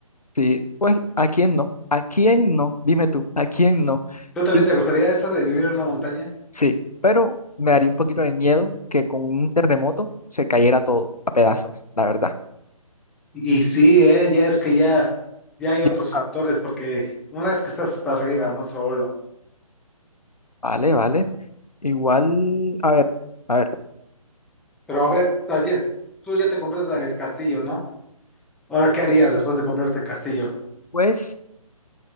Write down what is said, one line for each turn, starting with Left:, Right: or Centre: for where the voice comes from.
Left: Sí, pues ¿a quién no? ¿A quién no? Dime tú, ¿a quién no?
Centre: ¿Tú también
Left: Y
Centre: te gustaría eso de vivir en una montaña?
Left: sí, pero me daría un poquito de miedo que con un terremoto se cayera todo a pedazos, la verdad.
Centre: Y sí, eh, ya es que ya, ya hay
Left: Ya,
Centre: otros
Left: o
Centre: factores,
Left: sea,
Centre: porque una vez que estás hasta arriba, no solo.
Left: Vale, vale. Igual, a ver, a ver.
Centre: Pero a ver, ayer tú ya te compraste el castillo, ¿no? Ahora, ¿qué harías después de comprarte el castillo?
Left: Pues